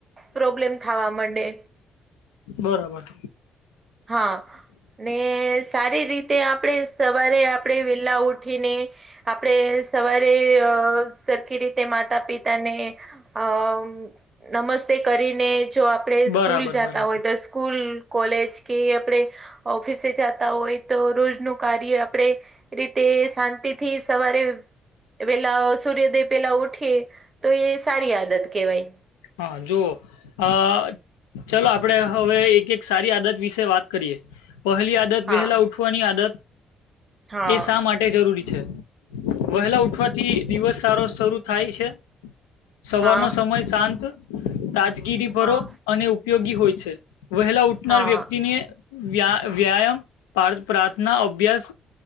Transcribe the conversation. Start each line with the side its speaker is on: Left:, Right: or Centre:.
Right: પ્રોબ્લેમ થવા માંડે,
Left: બરાબર
Right: હા ને સારી રીતે આપણે સવારે આપણે વેલા ઉઠીને આપડે સવારે અ સરખી રીતે માતા પિતાને અ નમસ્તે કરીને જો આપે
Left: બરાબર
Right: સ્કૂલ જાતા
Left: બરાબર
Right: હોય તો સ્કૂલ કોલેજ કે આપણે ઓફિસે જતા હોય તો રોજ નુ કાર્ય આપડે રીતે શાંતિ થી સવારે પેલા સૂર્યોદય પેલા ઉઠીએ, તો એ સારી આદત કેહેવાય.
Left: હા જો અ ચલો આપડે હવે એક એક સારી આદત વિશે વાત કરીએ, પહેલી આદત
Right: હા
Left: વહેલા ઉઠવાની આદત
Right: હા
Left: એ શા માટે જરૂરી છે વહેલા ઉઠવાથી દિવસ સારો શરૂ થાય છે. સવારનો
Right: હા
Left: સમય શાંત તાજગીરી ભરો
Right: હા
Left: અને ઉપયોગી હોય છે, વહેલા ઉઠનાર
Right: હા
Left: વ્યક્તિને વ્યા વ્યાયામ પ્રા પ્રાર્થના અભ્યાસ